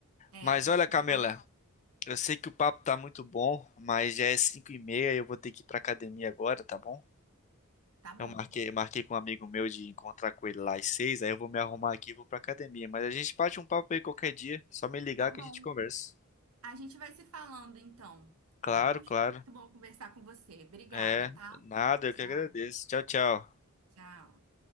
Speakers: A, on the right; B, on the left.
A: É,
B: Mas
A: eu tenho
B: olha,
A: que
B: Camila,
A: botar uma
B: eu sei que o papo tá muito bom, mas já é 5 e meia e eu vou ter que ir pra academia agora, tá bom?
A: Tá bom.
B: Eu marquei, marquei com um amigo meu de encontrar com ele lá às seis, aí eu vou me arrumar aqui e vou pra academia. Mas a gente bate um papo aí qualquer dia, só me ligar
A: Tá
B: que
A: bom.
B: a gente conversa.
A: A gente vai se falando então,
B: Claro,
A: Augusto.
B: claro.
A: Muito bom conversar com você. Obrigada,
B: É,
A: tá?
B: nada,
A: Tchau,
B: eu que agradeço. Tchau, tchau.
A: tchau.